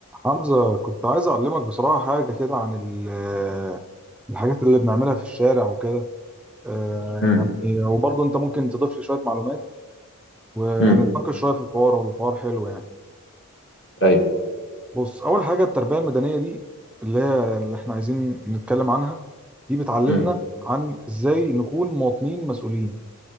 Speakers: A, in the centre; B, on the left.
A: حمزة كنت عايز أعلمك بصراحة حاجة كده عن ال- آه، الحاجات اللي بنعملها في الشارع وكده آه،
B: امم
A: يعني وبرضه أنت ممكن تضيف لي شوية معلومات ونتناقش
B: امم
A: شوية في الحوار والحوار حلو يعني
B: ايوه
A: بص أول حاجة التربية المدنية دي اللي هي اللي إحنا عايزين نتكلم عنها دي بتعلمنا
B: امم
A: عن إزاي نكون مواطنين مسؤولين